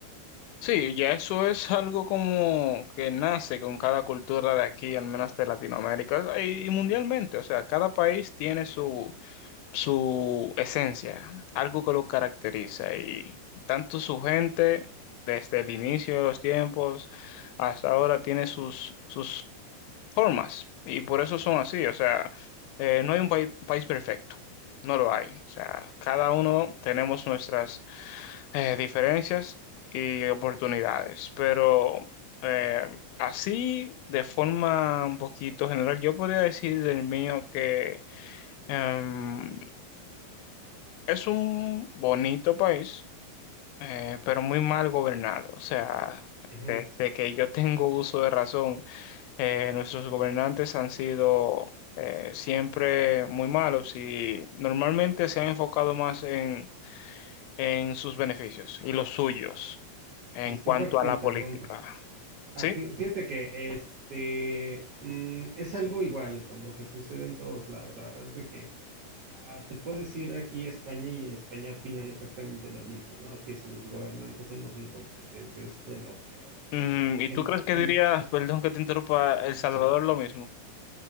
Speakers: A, on the left (about 85°); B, on the right (about 55°).
A: Sí, ya eso es algo como que nace con cada cultura de aquí, al menos de Latinoamérica y y mundialmente. O sea, cada país tiene su, su esencia, algo que lo caracteriza. Y tanto su gente, desde el inicio de los tiempos hasta ahora, tiene sus, sus formas y por eso son así. O sea, eh, no hay un país, país perfecto, no lo hay. O sea, cada uno tenemos nuestras eh, diferencias y oportunidades, pero eh, así, de forma un poquito general, yo podría decir del mío que em, es un bonito país, eh, pero muy mal gobernado. O sea,
B: Ujú.
A: desde que yo tengo uso de razón. Eh, nuestros gobernantes han sido eh, siempre muy malos y normalmente se han enfocado más en, en sus beneficios y los suyos en
B: Disculpa
A: cuanto
B: que te
A: a la
B: interrumpa.
A: política.
B: Ah,
A: ¿Sí?
B: fí- fíjate que este mm, es algo igual, como que sucede en todos lados. La verdad es de que Ah, te puedes ir aquí a España y en España opinan exactamente lo mismo, ¿no? Que sus gobernantes son unos incompetentes de lo peor.
A: Mm, ¿y
B: En,
A: tú crees que
B: en-
A: diría, perdón que te interrumpa, El Salvador
B: sí.
A: lo mismo?